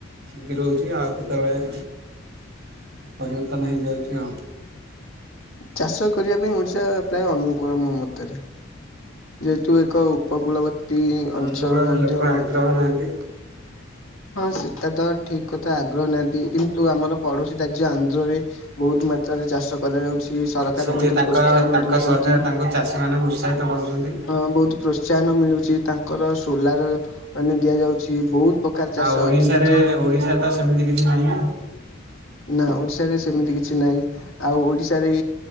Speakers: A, on the right (about 55°); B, on the left (about 85°).
A: ଠିକ ରହୁଛି ଆଉ କେତେବେଳେ ପରିବର୍ତ୍ତନ ହେଇଯାଉଛି ଆଉ।
B: ଚାଷ କରିବା ପାଇଁ ଓଡିଶା ପ୍ରାୟ ଅନୁକୂଳ ମୋ ମତରେ। ଯେହେ ତୁ ଏକ ଉପ କୁଳବତି ଅଞ୍ଚଳ
A: ଅନୁକୂଳରେ
B: ମଧ୍ୟ
A: ଲୋକ
B: ହଁ
A: ଆଗ୍ରହ ନାହାନ୍ତି।
B: ସେ ଏଟ ତ ଠିକ କଥା ଆଗ୍ରହ ନାହାନ୍ତି କିନ୍ତୁ ଆମର ପଡୋଶୀ ରାଜ୍ୟ ଆନ୍ଧ୍ରରେ ବହୁତ ମାତ୍ରାରେ ଚାଷ କରାଯାଉଛି ସରକାର
A: ସେଠି
B: ମଧ୍ୟ
A: ତାଙ୍କ
B: ପ୍ରୋତ୍ସାହନ
A: ତାଙ୍କ
B: ଦଉଛନ୍ତି।
A: ସରକାର ତାଙ୍କୁ ଚାଷୀ ମାନଙ୍କୁ ଉତ୍ସାହିତ କରୁଛନ୍ତି।
B: ଅ ବହୁତ ପ୍ରୋତ୍ସାହନ ମିଳୁଛି ତାଙ୍କର ସୋଲାର ମାନେ ଦିଆଯାଉଛି ବହୁତ ଉପକାର ଚାଷ
A: ଆଉ ଓଡିଶାରେ
B: ଯେମିତି
A: ଓଡିଶାରେ ତ ସେମିତି କିଛି ନାହିଁ ନା।
B: ନା ଓଡିଶାରେ ସେମିତି କିଛି ନାହିଁ ଆଉ ଓଡିଶାରେ